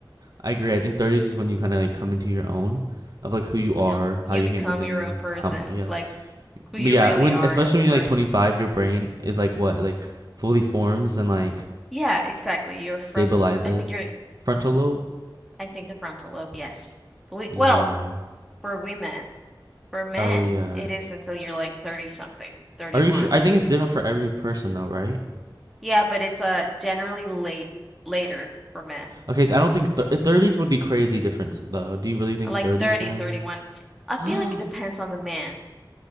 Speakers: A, on the right; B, in the centre.
A: I agree. I think 30s is when you kind of like come into your own of like who you are,
B: You know, you
A: how you
B: become
A: handle things,
B: your own person.
A: how yeah.
B: Like, who you
A: But yeah,
B: really
A: when
B: are
A: especially
B: as
A: when
B: a person.
A: you're like 25, your brain is like what? Like fully forms and like
B: Yeah, exactly. Your front,
A: stabilizes.
B: I think you're,
A: Frontal lobe?
B: I think the frontal lobe, yes. We,
A: Yeah.
B: well, for women, for men,
A: Oh yeah.
B: it is until you're like 30 something, 31.
A: Are you sure? I think it's different for every person though, right?
B: Yeah, but it's uh generally late later for men.
A: Okay, I don't think th 30s would be crazy different though. Do you really think
B: Like
A: 30s
B: 30,
A: for men?
B: 31. I feel
A: <gasps>
B: like it depends on the man.